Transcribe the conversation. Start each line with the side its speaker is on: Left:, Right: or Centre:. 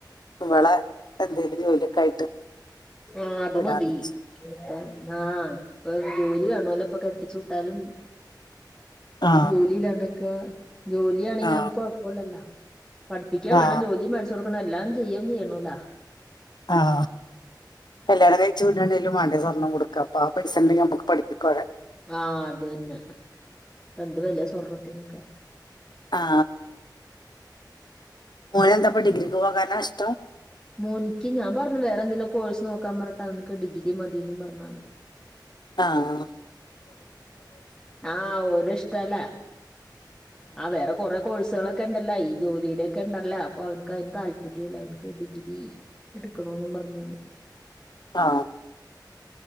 Left: ഇവളെ എന്തേലും ജോലിയൊക്കെ ആയിട്ട്
Centre: ആഹ് അത്
Left: വിടാന്ന്
Centre: മതി
Left: വെച്ചു
Centre: ഇപ്പ ആ ഇപ്പൊ ജോലി കാണണോലിപ്പൊ കെട്ടിച്ച് വിട്ടാലും
Left: ആ
Centre: ജോലില്ലാണ്ടേ ക്കെ ജോലിയാണെങ്കി
Left: ആ
Centre: നമുക്ക് കൊഴപ്പോല്ലല്ലോ പഠിപ്പിക്കേം
Left: ആ
Centre: വേണം ജോലിയും മേടിച്ചു കൊടുക്കണം എ എല്ലാം ചെയ്യും ചെയ്യണോലാ
Left: ആഹ് കല്യാണം കഴിച്ച് വിടണേലും വേണ്ടേ സ്വർണം കൊടുക്കാ ഇപ്പൊ, ആ പൈസ ഇണ്ടെങ്ങേ നമുക്ക് പഠിപ്പിക്കാ അവരെ.
Centre: ആ അതന്നെ ഇപ്പ എന്ത് വെലാ സ്വർണത്തിനൊക്കെ
Left: ആ മോന് എന്താപ്പ ഡിഗ്രിക്ക് പോകാനാ ഇഷ്ടം?
Centre: മോനിക്ക് ഞാൻ പറഞ്ഞു വേറെ എന്തേലൊ കോഴ്സ് നോക്കാൻ പറഞ്ഞിട്ട് അവൻക്ക് ഡിഗ്രി മതിന്നും പറഞ്ഞാണ്.
Left: ആഹ്
Centre: ആ ഓരടെ ഇഷ്ടല്ലേ ആ വേറെ കൊറെ കോഴ്സുകളൊ ക്കെണ്ടല്ല ഈ ജോലിടെ ഒക്കെ ഇണ്ടല്ല അപ്പൊ അവൻക്ക് അതിന് താല്പര്യുല്ല അവൻക്ക് ഡിഗ്രി എടു ക്ക ണോന്ന് പറഞ്ഞാണ്
Left: ആ